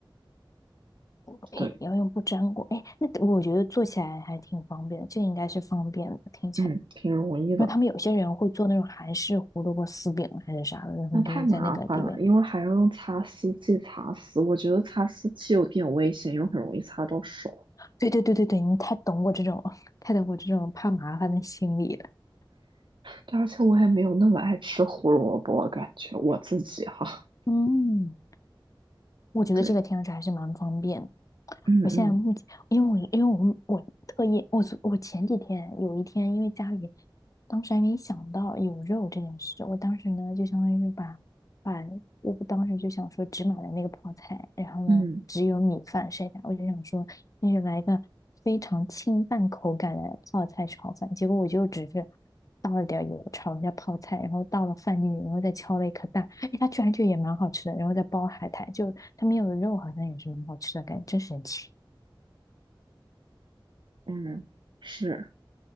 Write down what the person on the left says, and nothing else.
，OK，
要用不粘锅，哎，那我觉得做起来还挺方便的，这应该是方便的，听起来。
因为他们有些人会做那种韩式胡萝卜丝饼啊还是啥的，然后他们就会在那个里面。
对对对对对，你太懂我这种，太懂我这种怕麻烦的心理了。
嗯，
我觉得这个听上去还是蛮方便的。
我现在目前，因为我因为我我特意我昨我前几天有一天，因为家里当时还没想到有肉这件事，我当时呢就相当于是把把我当时就想说只买了那个泡菜，然后呢只有米饭剩下，
我就想说那就来一个非常清淡口感的泡菜炒饭，结果我就只是倒了点油炒了一下泡菜，然后倒了饭进去，然后再敲了一颗蛋，哎，它居然就也蛮好吃的，然后再包海苔，就它没有肉，好像也是蛮好吃的感觉，真神奇。